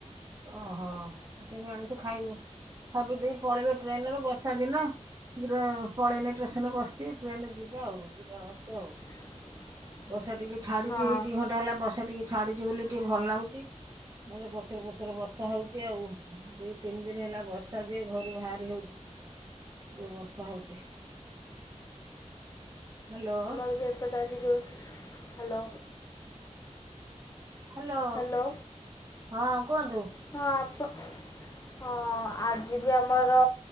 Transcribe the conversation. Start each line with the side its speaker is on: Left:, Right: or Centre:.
Right: ଓହୋ ସେଥିପାଇଁ ଆଣିଚୁ ଖାଇବେ ଖାଇପିଇ ଦେଇ ପଳେଇବ ଟ୍ରେନରେ ବର୍ଷା ଦିନ। ଶୀଘ୍ର ପଳେଇନି ଷ୍ଟେସନ ରେ ବସିଥିବ ଟ୍ରେନରେ ଯିବେ ଆଉ ଯ ଅଛି ଆଉ
Left: <inaudible>
Right: ବର୍ଷା ଟିକେ ଛାଡିଛି,
Left: ହଁ
Right: ଏଇ ଦି ଘଣ୍ଟା ହେଲା ବର୍ଷା ଟିକେ ଛାଡିଛି ବୋଲି ଟିକେ ଭଲ ଲାଗୁଛି ନହେଲେ ପଚର ପ ଏଥର ବର୍ଷା ହେଉଛି ଆଉ, ଦୁଇ ତିନି ଦିନ ହେଲା ବର୍ଷା ଦିଏ ଘରୁ ବାହାରି ହେଉନି। ଯୋଉ ବର୍ଷା ହେଉଛି। ହାଲୋ
Left: <unintelligible> ହାଲୋ
Right: ହାଲୋ,
Left: ହ୍ୟାଲୋ
Right: ହଁ କୁହନ୍ତୁ?
Left: ହଁପା ହ ଆଜି ବି ଆମର